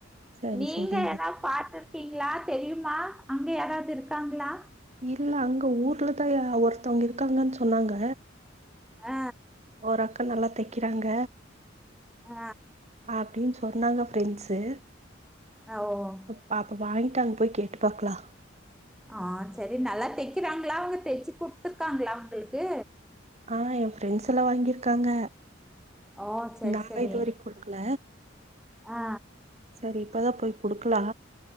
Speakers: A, on the right; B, in the centre.
A: சரி
B: நீங்க
A: சரி
B: எதாவ் பாத்துருக்கீங்ளாத் தெரியுமா அங்க யாராவது இருக்காங்ளா
A: இல்ல அங்கே ஊர்லதா யா ஒருத்தவுங்க இருக்காங்கன் சொன்னாங்க
B: அ
A: ஒரு அக்க நல்லாத் தெக்கிறாங்க
B: அ
A: அப்டின் சொன்னாங்க ஃப்ரெண்ட்ஸு
B: ஓ
A: பாப்போ வாங்கிட்டு அங்க போய் கேட்டு பாக்கலா
B: ஆ சரி நல்லா தைக்கிறாங்களா அவங்க தைச்சு குத்துருக்காங்களா உங்களுக்கு
A: ஆ எய ஃப்ரெண்ட்ஸ் எல்லா வாங்கியிருக்காங்க
B: ஓ சரி
A: நாலா
B: சரி
A: இதுவரைக்கு குடுக்கல
B: ஆ
A: சரி இப்பதா போய் கொடுக்கலா